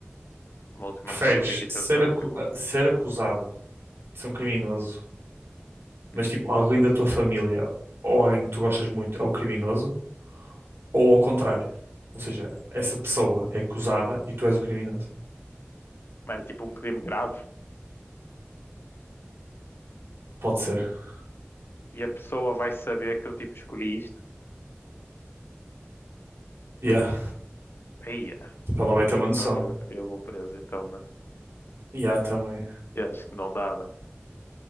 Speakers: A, on the left; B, on the right.
A: Uma última
B: preferes
A: que eu vou ter que jantar
B: ser, acu-
A: daqui a pouco.
B: ser acusado de ser um criminoso mas
A: Hum.
B: tipo, alguém da tua família ou alguém que tu gostas muito é o criminoso, ou ao contrário. Ou seja, essa pessoa é acusada e tu és o criminoso.
A: Mas é tipo um crime grave
B: Pode ser.
A: e a pessoa vai saber que eu tipo escolhi isto.
B: Yeah,
A: Aí,
B: tipo, ela vai ter uma noção.
A: eu, eu vou preso então, mano.
B: Yeah, também.
A: Eu acho que não dá, mano.